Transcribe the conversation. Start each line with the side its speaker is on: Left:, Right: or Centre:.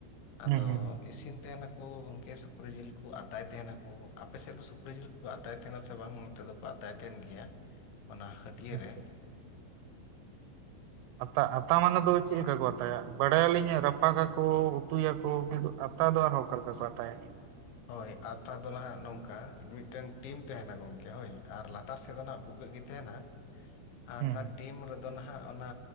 Right: ᱦᱩᱸ
Left: ᱟᱫᱚ
Right: ᱦᱩᱸ
Left: ᱤᱥᱤᱱ ᱛᱟᱦᱮᱱᱟ ᱜᱚᱝᱠᱮ ᱥᱩᱠᱨᱤ ᱡᱤᱞ ᱠᱚ ᱟᱛᱟᱭ ᱛᱟᱦᱮᱱᱟᱠᱚ ᱟᱯᱮᱥᱮᱫ ᱫᱚ ᱥᱩᱠᱨᱤ ᱡᱤᱞ ᱠᱚᱠᱚ ᱟᱛᱟᱭ ᱛᱟᱦᱮᱱᱟ ᱥᱮ ᱵᱟᱝ ᱱᱚᱛᱮ ᱫᱚ? ᱠᱚ ᱟᱛᱟᱭ ᱛᱟᱦᱮᱱ ᱜᱮᱭᱟ ᱚᱱᱟ ᱦᱟᱹᱴᱭᱟᱹ
Right: ᱟᱪᱪᱷᱟ
Left: ᱨᱮ
Right: ᱟᱛᱟ-ᱟᱛᱟ ᱢᱟᱱᱮ ᱫᱚ ᱪᱤᱞᱠᱟ ᱠᱚ ᱛᱟᱭᱟ ᱵᱟᱲᱟᱭᱟᱞᱤᱧᱟ ᱨᱟᱯᱟᱜᱟᱠᱚ ᱩᱛᱩᱭᱟᱠᱚ ᱠᱤᱱᱛᱩ ᱟᱛᱟ ᱫᱚ ᱟᱨᱦᱚᱸ ᱚᱠᱟᱞᱮᱠᱟ ᱠᱚ ᱟᱛᱟᱭᱟ?
Left: ᱦᱳᱭ ᱟᱛᱟ ᱫᱚ ᱱᱟᱦᱟᱜ ᱱᱚᱝᱠᱟ ᱢᱤᱫᱴᱮᱱ ᱴᱤᱱ ᱛᱟᱦᱮᱱᱟ ᱜᱚᱢᱠᱮ ᱦᱳᱭ ᱟᱨ ᱞᱟᱛᱟᱨ ᱥᱮᱫ ᱫᱚ ᱱᱟᱦ ᱵᱷᱩᱜᱟᱹᱜ ᱜᱮ ᱛᱟᱦᱮᱱᱟ ᱟᱨ
Right: ᱦᱩᱸ
Left: ᱚᱱᱟ ᱴᱤᱢ ᱨᱮᱫᱚ ᱱᱟᱦᱟᱜ ᱚᱱᱟ